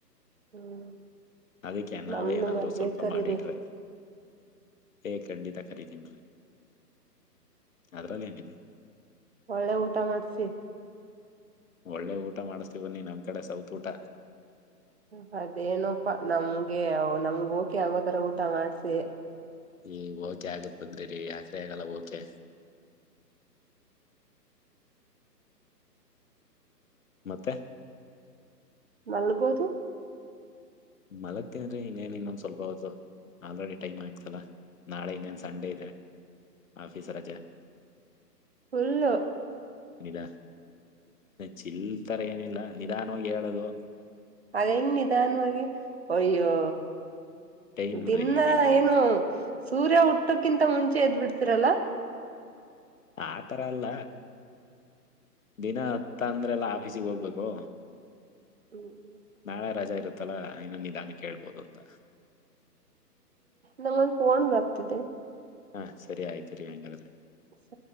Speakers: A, on the right; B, on the left.
A: ಹ್ಮ್
B: ಅದಿಕ್ಕೆ ನಾವೇ
A: ನಮ್ನು
B: ಏನಾದ್ರು
A: ಮದ್ವೆ
B: ಸ್ವಲ್ಪ
A: ಕರೀರಿ
B: ಮಾಡಿಟ್ರೆ. ಏ ಖಂಡಿತ ಕರೀತೀನ್ ರಿ ಅದ್ರಲ್ಲಿ ಏನಿದೆ.
A: ಒಳ್ಳೆ ಊಟ ಮಾಡ್ಸಿ.
B: ಒಳ್ಳೆ ಊಟ ಮಾಡುಸ್ತೀವಿ ಬನ್ನಿ ನಮ್ ಕಡೆ ಸೌತ್ ಊಟ.
A: ಹ ಅದೇನಪ್ಪಾ ನಮ್ಗೆ ನಮ್ಗ ಓಕೆ ಆಗೋತರ ಊಟ ಮಾಡ್ಸಿ.
B: ಏ ಓಕೆ ಆಗತ್ ಬಂದ್ರಿ ರಿ ಯಾಕ್ರಿ ಆಗಲ್ಲ ಓಕೆ. ಮತ್ತೆ
A: ಮಲ್ಗೋದು
B: ಮಲಗ್ತೇನ್ರಿ ಇನ್ನೇನ್ ಇನ್ನೊಂದ್ ಸ್ವಲ್ಪ ಹೊತ್ತು ಆಲ್ರೆಡಿ ಟೈಮ್ ಆಯಕ್ತಲ್ಲ ನಾಳೆ ಇನ್ನೇನ್ ಸಂಡೇ ಇದೆ ಆಫೀಸ್ ರಜೆ
A: ಫುಲ್
B: ನಿಧ ಚಿಲ್ತರ ಏನಿಲ್ಲ ನಿಧಾನ ಹೋಗಿ ಹೇಳುದು
A: ಅದ ಹೆಂಗ್ ನಿಧಾನವಾಗಿ ಅಯ್ಯೋ
B: ಟೈಮ್
A: ದಿನಾ
B: ರೀ ನಿಧಾನ
A: ಏನು ಸೂರ್ಯ ಹುಟ್ಟಕ್ಕಿಂತ ಮುಂಚೆ ಎದ್ ಬಿಡ್ತಿರಲ್ಲ
B: ಆತರ ಅಲ್ಲ ದಿನ ಹತ್ತ ಅಂದ್ರೆ ಎಲ್ಲಾ ಆಫೀಸಿಗೆ ಹೋಗ್ಬೇಕು
A: ಹ್ಮ್
B: ನಾಳೆ ರಜಾ ಇರುತ್ತಲ್ಲಾ ಇನ್ನು ನಿಧಾನಕ್ಕೆ ಹೇಳ್ಬೋದು ಅಂತ
A: ನಮಗೊಂದು ಫೋನ್ ಬರ್ತಾ ಇದೆ
B: ಹಾ ಸರಿ ಆಯ್ತು ರೀ ಹಾಗಂಗಾದ್ರೆ
A: ಸ